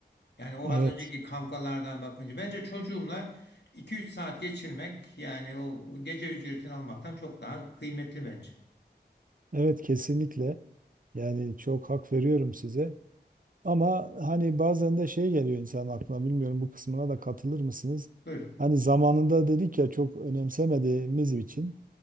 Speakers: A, on the left; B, on the right.
A: Yani o
B: Evet.
A: az önceki kavgalardan bakınca bence çocuğumla iki üç saat geçirmek yani o gece ücretini almaktan çok daha kıymetli bence.
B: Evet kesinlikle. Yani çok hak veriyorum size. Ama hani bazen de şey geliyor insan aklına bilmiyorum bu kısmına da katılır mısınız?
A: Buyurun.
B: Hani zamanında dedik ya çok önemsemediğimiz için